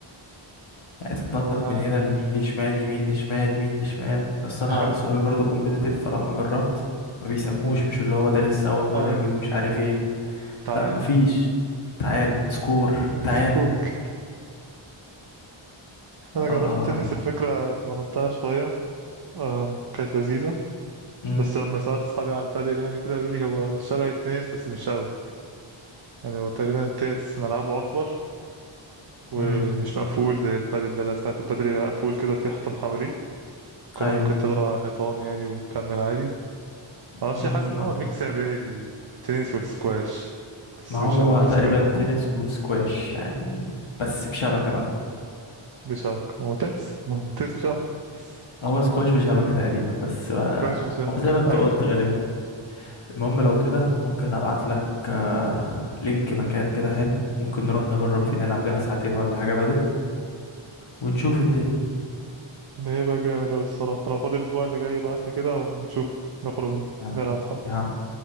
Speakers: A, on the left; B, on the right.
A: يعني تتنطط
B: ويعني
A: من هنا اليمين لشمال يمين لشمال يمين لشمال بس انا
B: <laughs> أيوه
A: صحابي برضه كومبيتيتيف فلما جربت ما بيسموش مش اللي هو ده لسه اول
B: أيوه
A: مرة ليه ومش عارف ايه
B: تعالى
A: لا مفيش تعالى سكور
B: السكوك
A: تعالى
B: أنا
A: اه
B: جربت
A: اه
B: تنس الفكرة اتمرنتها شوية آم، كانت لذيذة
A: امم
B: بس لما سألت صحابي على البادل يعني كده قالوا لي هو شبه التنس بس مش قوي يعني هو تقريبا التنس ملعبه أكبر ومش
A: امم
B: مقفول زي البادل ده لا سمعت البادل مقفول كده في حيطان حواليه الكرة
A: ايوه
B: ممكن تضرب على الحيطان يعني وتكمل عادي معرفش
A: مم.
B: حاسس إن هو ميكس يعني بين التنس والسكواش بس
A: ما هو
B: مش عارف السكواش
A: تقريبا تنس وسكواش يعني بس بشبكة بقى
B: مش شبكة هو تنس هو تنس بشبكة بس
A: هو سكواش بشبكة تقريبا بس بقى
B: سكواش بشبكة
A: هو زي ما انت
B: أيوه
A: قلت غالبا المهم لو كده ممكن ابعت لك آه، لينك مكان كده حلو ممكن نروح نجرب
B: مم.
A: فيه نلعب لنا ساعتين ولا حاجة بدل ونشوف الدنيا
B: ده هيبقى جامد أوي الصراحة لو فاضي الأسبوع اللي جاي ابعتلي كده ونشوف نخرج
A: يا
B: نلعب حب
A: يا عم